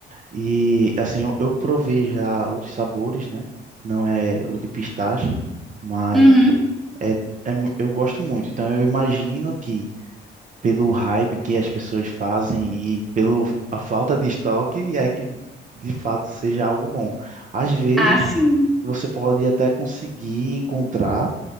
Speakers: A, on the right; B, in the centre.
A: E assim, eu, eu provei já outros sabores, né? Não é o de pistache, mas
B: Uhum.
A: é, é, mu- eu gosto muito. Então eu imagino que pelo hype que as pessoas fazem e pelo a falta de estoque é que de fato seja algo bom. Às vezes
B: Ah, sim.
A: você pode até conseguir encontrar